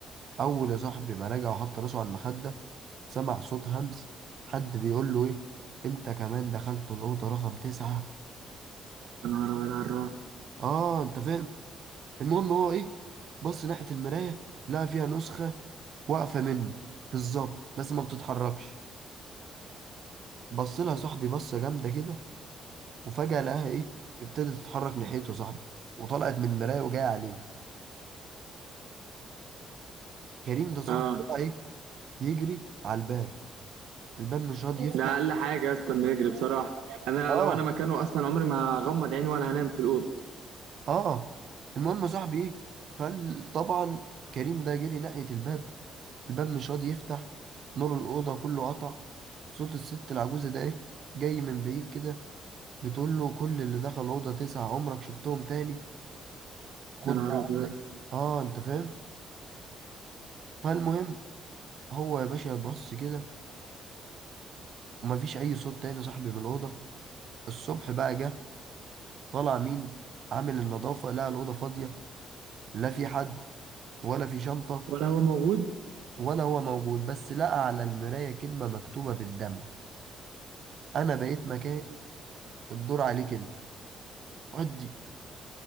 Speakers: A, on the right (about 60°); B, on the right (about 85°).
A: اول يا صاحبي ما رجع وحط راسه على المخده سمع صوت همس حد بيقول له ايه انت كمان دخلت الاوضه رقم تسعة
B: يا نهار ابيض على الرعب
A: اه انت فاهم المهم هو ايه بص ناحيه المرايه لقى فيها نسخه واقفه منه بالظبط بس ما بتتحركش بص لها صاحبي بصه جامده كده وفجاه لقاها ايه ابتدت تتحرك ناحيته يا صاحبي وطلعت من المرايه وجايه عليه كريم ده صاحبي
B: اه
A: طلع ايه يجري على الباب الباب مش راضي يفتح
B: ده اقل حاجة يا اسطى انه يجري بصراحة انا
A: اه
B: لو انا مكانه اصلا عمري ما هغمض عيني ولا هنام في الأوضة
A: اه المهم يا صاحبي ايه فطبعا كريم ده جري ناحية الباب الباب مش راضي يفتح نور الأوضة كله قطع صوت الست العجوزة ده ايه جاي من بعيد كده بتقول له كل اللي دخل الأوضة تسعة عمرك شفتهم تاني خد
B: يا نهار
A: بقى
B: ابيض
A: عندك اه انت فاهم فالمهم هو يا باشا بص كده ومفيش أي صوت تاني يا صاحبي من الأوضة الصبح بقى جه طالع مين عامل النظافة لقى الأوضة فاضية لا في حد ولا في شنطة
B: ولا هو موجود
A: ولا هو موجود بس لقى على المراية كلمة مكتوبة بالدم أنا بقيت مكاني الدور عليك أنت ودي